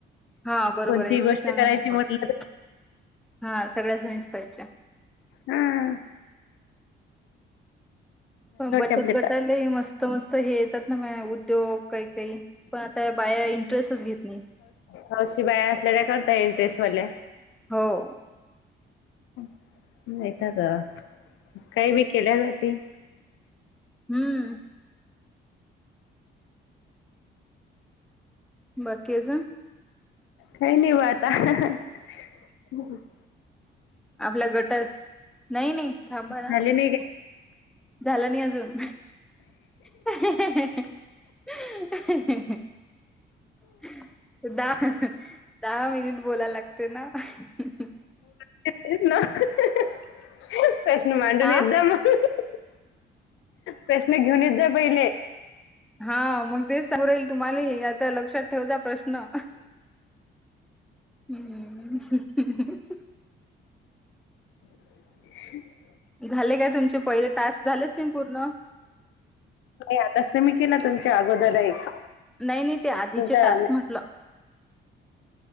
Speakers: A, in the centre; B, on the left.
A: हा बरोबर
B: कोणची
A: आहे, एकट्याने
B: गोष्ट करायची
A: नाही होत,
B: म्हटलं तर
A: <inaudible> हा सगळ्या जणीच पाहिजे.
B: हम्म <inaudible>
A: प बचत
B: आपले
A: गटाला
B: तर
A: मस्त मस्त हे येतात ना उद्योग काही काही पण आता बाया इंटरेस्टच घेत नाही.
B: हशी बाया असल्या करताय इंटरेस्ट मल्या
A: हो <inaudible>
B: नाहीत का <inaudible> काही बी केल्या जाते <inaudible>
A: हम्म. बाकीजं
B: काय नाही वात आ <inaudible>
A: आपला गटात <inaudible> नाही नाही थांबा ना
B: झाले नाही का
A: <inaudible> झाला नाही अजून <unintelligible> <unintelligible> दहा दहा मिनिट बोलाय लागते ना. <unintelligible>
B: <unintelligible>
A: हा
B: प्रश्न घेऊनच जा पहिले.
A: हा मग तेच समोर येईल तुम्हालाही आता लक्षात ठेवचा प्रश्न. हम्म <inaudible> <unintelligible>
B: <inaudible>
A: झाले काय तुमचे पहिले टास्क झालेच नाही पूर्ण?
B: आता अस मी केला तुमच्या अगोदर एक
A: नाही नाही, ते आधीचे
B: तुमचा
A: टास्क म्हटलं